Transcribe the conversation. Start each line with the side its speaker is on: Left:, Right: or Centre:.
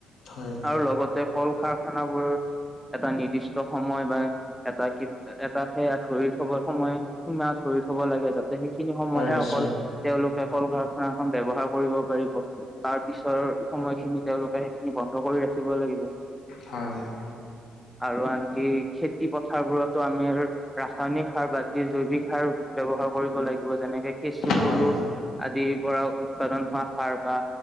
Left: হয়।
Centre: আৰু লগতে কল-কাৰাৰখান বোৰৰ এটা নিৰ্দিষ্ট সময়, বা এটা কি, এটা সেয়া ধৰি থব সময়, সোমা ধৰি থব লাগে, য সেইখিনি সময়হে
Left: হয় নিশ্চয়
Centre: অকল, তেওঁলোকে কল- কাৰখানাখন ব্যৱহাৰ কৰিব পাৰিব। তাৰ পিছৰ সময়খিনি তেওঁলোকে সেইখিনি বন্ধ কৰি ৰাখিব লাগিব।
Left: হয়, হয়।
Centre: আৰু আনকি খেতি পথাৰবোৰতো আমিৰ ৰাসায়নিক সাৰ বাদ দি, জৈৱিক সাৰ ব্যৱহাৰ কৰিব লাগিব যেনেকে, কেঁচু-পলু
Left: হয়
Centre: আদিৰ পৰা উৎপাদন হোৱা সাৰ। বা,